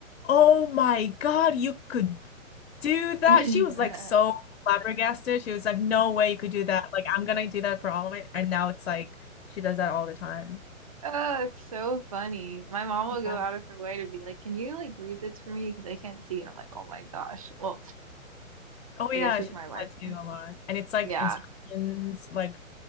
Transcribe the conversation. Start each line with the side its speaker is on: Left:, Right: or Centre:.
Left: "Oh my God, you could do that."
Right: okay.
Left: She was like so
Right: <laughs>
Left: flabbergasted. She was like, "No way you could do that. Like I'm gonna do that for all of it." And now it's like she does that all the time.
Right: Oh, it's so funny. My mom
Left: Yeah.
Right: will go out of her way to be like, "Can you like read this for me? Because I can't see." And I'm like, "Oh my gosh." Well,
Left: Oh
Right: I
Left: yeah,
Right: guess it's
Left: she
Right: my
Left: does
Right: life.
Left: that too a lot. And it's like
Right: Yeah.
Left: instructions, like